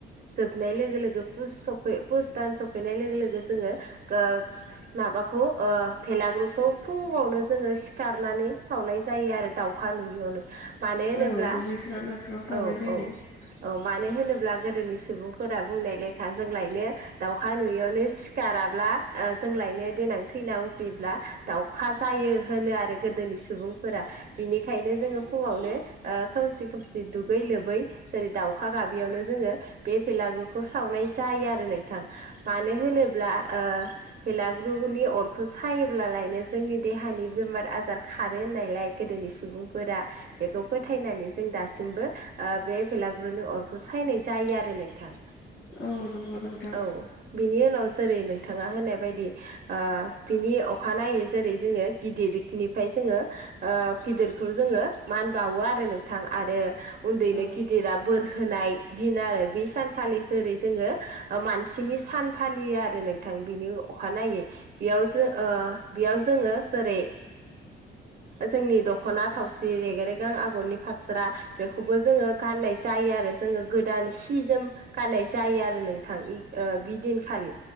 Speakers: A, on the right; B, on the left.
A: जोबनाय लोगो लोगो पुस सफै पुस दान सफैनाय लोगो- लोगो जोङो गो माबाखौ ओ बेलागुरखौ फुङावनो जोङो सिखारनानै सावनाय जायो। आरो दाउ खा नुयियावनो मानो होनोब्ला
B: औ दुगैस्रां लोबस्रां सावनाय
A: औ
B: जायो
A: औ। औ मानो होनोब्ला गोदोनि सुबुंफोरा बुंनाय लेखा जोंलायनो दाउखा नुयियावनो सिखाराब्ला आ जोंलायनो देनां थैनाव उजियोब्ला दावउखा जायो होनो आरो गोदोनि सुबुंफोरा। बिनिखायनो जोङो फुङावनो ओ खोमसि खोमसि दुगै लोबै जेरै दाउखा गाबियावनो जोङो बे बेलागुरखौ सावनाय जायो आरो नोंथां। मानो होनोब्ला ओ बेलागुरनि अरखौ सायोब्लालायनो जोंनि देहानि बेमार आजार खारो होननायलाय गोदोनि सुबुंफोरा बेखौ फोथायनानै जों दास सिमबो ओ बे भेलागुरुनि अरखौ सायनाय जायो आरो नोंथां।
B: औ नंगौ नोंथां
A: औ बिनि उनाव जेरै नोंथाङा होनाय बायदि ओ बिनि अखानायनायै जेरै जोङो गिदिरनिफ्राय जोङो ओ गिदिरखौ जोङो मान बावो आरो नोंथां आरो उन्दैनो
B: औ
A: गिदिरा बोर होनाय दिन आरो बे सानखालि जेरै जोङो मानसिनि सान फालियो आरो बिथां बिनि अखानायनायै बेयाव जों ओ बेयाव जोङो जेरै- जोंनि दख'ना थावसि रेगेरेगां आगरनि फास स्रा बेखौबो जोङो गाननाय जायो आरो जोङो गोदान सि जोम गाननाय जायो आरो नोंथां ओ बिदिनखालि